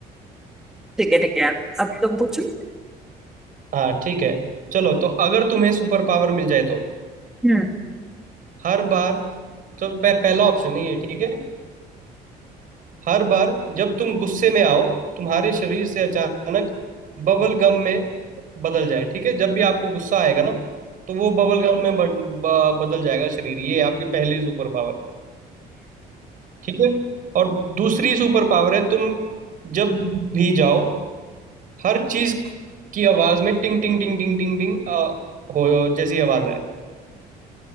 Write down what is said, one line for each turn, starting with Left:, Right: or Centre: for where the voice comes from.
Centre: ठीक है ठीक है अब तुम पूछो
Right: हाँ ठीक है चलो तो अगर तुम्हें सुपर पावर मिल जाए तो
Centre: हम्म
Right: हर बार तो पह, पहला ऑप्शन है ये ठीक है हर बार जब तुम गुस्से में आओ तुम्हारे शरीर से अचानक बबल गम में बदल जाए ठीक है जब भी आपको गुस्सा आएगा ना तो वो बबल गम में बन- ब- बदल जाएगा शरीर ये आपकी पहली सुपर पावर ठीक है और दूसरी सुपर पावर है तुम जब भी जाओ हर चीज की आवाज में टिंग टिंग टिंग टिंग टिंग टिंग अ, हो जैसी आवाज आए